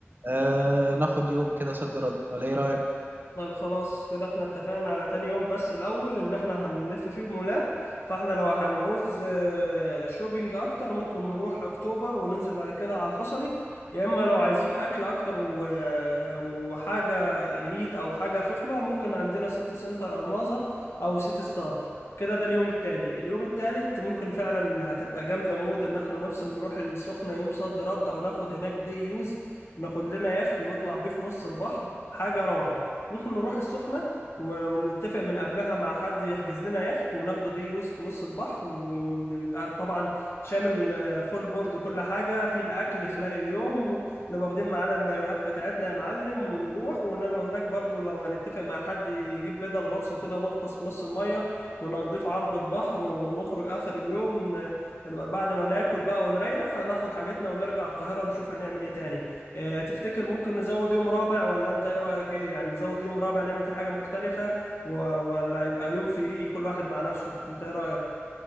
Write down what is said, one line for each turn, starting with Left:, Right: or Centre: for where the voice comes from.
Right: آه، ناخد يوم كده صد رد ولا إيه رأيك؟
Left: طيب خلاص كده احنا اتفقنا على تاني يوم بس الأول إن احنا هنلف فيه مولات فاحنا لو هنعوز آه، شوبينج أكتر ممكن نروح أكتوبر وننزل بعد كده على الحصري يا إما لو عايزين أكل أكتر و- آه، وحاجة إليت أو حاجة فخمة ممكن عندنا سيتي سنتر ألماظة أو سيتي ستار كده ده اليوم التاني اليوم التالت ممكن فعلا هتبقى جامدة موت إن احنا نفصل نروح السخنة يوم صد رد أو ناخد هناك دي يوز ناخد لنا يخت ونطلع بيه في نص البحر حاجة روعة ممكن نروح السخنة و- ونتفق من قبلها مع حد يحجز لنا يخت وناخده دي يوز في نص البحر ويبقى طبعا شامل آه، فول بورد كل حاجة في الأكل خلال اليوم ونبقى واخدين معانا المايوهات بتاعتنا يا معلم ونروح وننزل هناك برضو لو هنتفق مع حد يجيب بدل غطس وكده نغطس في نص المية ونقضيه في عرض البحر ونخرج آخر اليوم آه، نبقى بعد ما ناكل بقى ونريح هناخد حاجتنا ونرجع القاهرة نشوف هنعمل ايه تاني آه، تفتكر ممكن نزود يوم رابع ولا انت ايه رأيك ايه يعني نزود يوم رابع نعمل فيه حاجة مختلفة و... ولا يبقى يوم فري كل واحد مع نفسه انت ايه رأيك